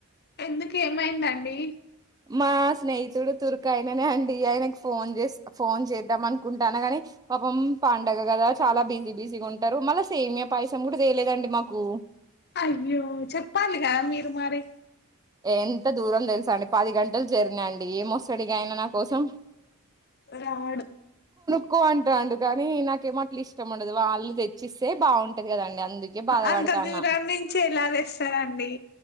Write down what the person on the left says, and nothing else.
ఎందుకు ఏమైందండి
అయ్యో చెప్పాలిగా మీరు మరి
రాడు
అంత దూరం నుంచి ఎలా తెస్తారండి